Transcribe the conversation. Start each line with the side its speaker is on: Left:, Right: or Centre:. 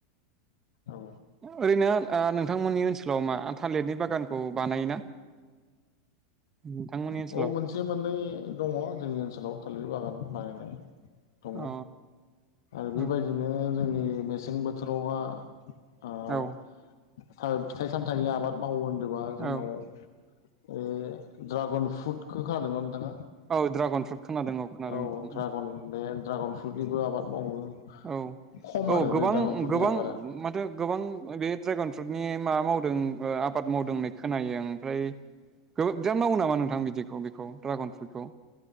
Left: औ
Right: ओरैनो नोंथांमोननि ओनसोलाव मा थालिरनि बागानखौ बानायोना? नोंथांमोननि ओनसोलाव
Left: औ मोनसे मोननै दङ जोंनि ओनसोलाव थालिर बागान बानायनाय दङ
Right: अ
Left: आरो बेबायदिनो
Right: औ
Left: जोंनि मेसें बोथोरावहा ओह
Right: औ
Left: फिथाइ सामथाइनि आबाद मावो सोरबा जोंनाव
Right: औ
Left: ओ ड्रागन फ्रुटखौ खोनादों ना नोंथाङा।
Right: औ ड्रागन फ्रुट खोनादों खोनादों
Left: औ
Right: नोंथां
Left: ड्रागन बे ड्रागन फ्रुटनिबो आबाद मावो।
Right: औ
Left: खम
Right: औ
Left: आरो
Right: गोबां
Left: बे ड्रागन फ्रुटनि आबादा
Right: माथो गोबां बे ड्रायगन फ्रुटनि मा मावदों ओ आबाद मावदों होननाय खोनायो ओमफ्राय बिराद मावो नामा नोंथां बिदिखौ ड्रागन फ्रुइटखौ